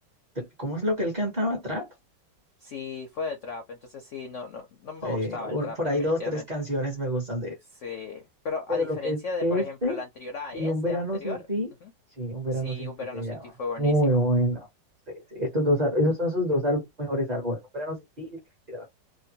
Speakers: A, on the right; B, on the left.
A: de- ¿cómo es lo que él cantaba? ¿Trap?
B: sí, fue de trap, entonces sí, no, no, no me
A: Eh,
B: gustaba
A: un-
B: el trap,
A: por
B: definitivamente.
A: ahí dos, tres canciones me gustan de él.
B: Sí. Pero
A: Pero
B: a diferencia
A: lo que es
B: de,
A: este
B: por ejemplo, el anterior a
A: y
B: ese
A: Un verano
B: anterior,
A: sin ti,
B: ujú,
A: sí, Un verano
B: sí,
A: sin
B: Un
A: ti
B: verano
A: se
B: sin
A: llama.
B: ti fue buenísimo.
A: Muy bueno. Sí, sí, estos dos, al- esos son sus dos al- mejores álbumes. Un verano sin ti y El Respirador.